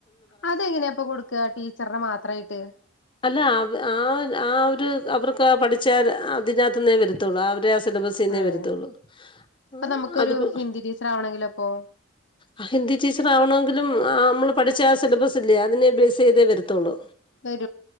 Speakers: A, on the left (about 60°); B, on the left (about 25°).
A: അതെങ്ങനെയാപ്പ കൊടുക്കാ ടീച്ചറിട മാത്രായിട്ട്?
B: അല്ല അവ ആ ഒര് അവർക്ക് പഠിച്ച അതിനകത്തിന്നേ വരത്തുള്ളൂ ആ ഒര് സിലബസ്സീന്നെ
A: അതെ
B: വരത്തൊള്ള്
A: ഇപ്പൊ
B: ആ
A: നമുക്കൊരു
B: അതിപ്പൊ
A: ഹിന്ദി ടീച്ചർ ആവണെങ്കിലോ ഇപ്പൊ
B: അ ഹിന്ദി ടീച്ചർ ആവണോങ്കിലും ആ നമ്മള് പഠിച്ച ആ സിലബസ് ഇല്ലേ അതിനെ ബേസ് ചെയ്തേ വരത്തൊള്ള്
A: <unintelligible>